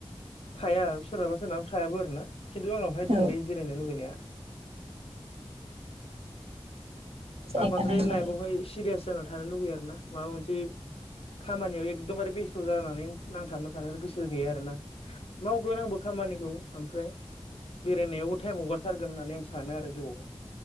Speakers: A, on the left; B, on the right.
A: थाया सोरहाबा सोरनाब थायाबो आरैना खिन्थु आंनावहाय दं
B: औ
A: दै बेरायनो लुगैनाया।
B: जायगा
A: आं बांद्राय
B: नायनानै
A: लाइफआवहाय सिरियास जाना थानो लुुबै आरोना माबा मोनसे खामानियाव एकदमबारे बेस्थ जानानै नांथाबना थानो गोसो गैया आरोना मावगोन आंबो खामानिखौ। ओमफ्राय बेरायनायावबो टाइम हगारथारगोन होननानै आं सानो आरो जिवाव